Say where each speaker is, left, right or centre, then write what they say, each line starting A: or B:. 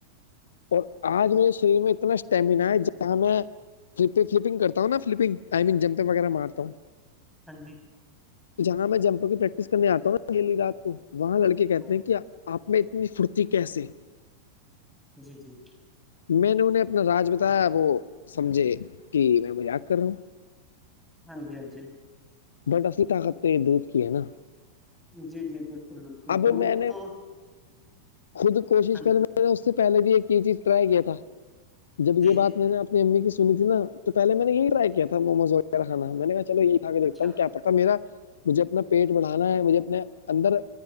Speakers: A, on the left; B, in the centre.
A: اور آج میرے شریر میں اتنا اسٹیمناا ہے جب کیا میں فلیں فلپنگ کرتا ہوں نا فلپنگ آئی مین جمپیں وغیرہ مارتا ہوں
B: ہاں جی
A: تو جہاں میں جمپوں کی پریکٹس کرنے آتا ہوں نا گیلی رات کو وہاں لڑکے کہتے
B: ہاں
A: ہیں کیا آپ میں اتنی پھرتی کیسے
B: جی جی
A: میں نے انہیں اپنا راج بتایا وہ سمجھے کہ میں مجاق کر رہا ہوں
B: ہاں جی ہاں جی
A: بٹا اصلی طاقت پہ یہ دودھ کی ہے نا
B: جی جی بالکل بالکل
A: اب
B: دودھ
A: میں نے
B: تو ہاں
A: خود کوشش کر
B: جی
A: میں میں نے اس سے پہلے بھی ایک یہ چیز ٹرائی کیا تھا جب یہ
B: جی
A: بات میں نے اپنی امی کی سنی ت ن تو پہلے میں نے یہی ٹرائی کیا تھا موموز وغیرہ کھا میں نے کہا چلو یہ ا دیکھتا
B: اچھا
A: ہوں کیا پتا میرا مجھے اپنا پیٹ بڑھانا ہے مجھے اپنے اندر